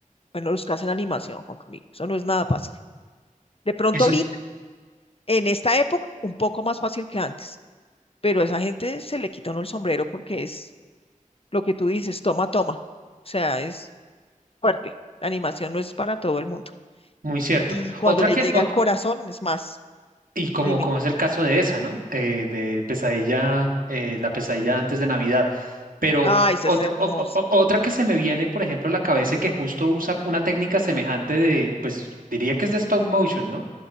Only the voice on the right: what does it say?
Eso
es
muy cierto.
Otra
que,
ot-
Y como,
como es el caso de esa, ¿no? Eh, de pesadilla, eh, la pesadilla antes de Navidad. Pero
ot-
o- o- o- otra que se me viene, por ejemplo, a la cabeza y que justo usa una técnica semejante de, pues diría que es de stop motion, ¿no?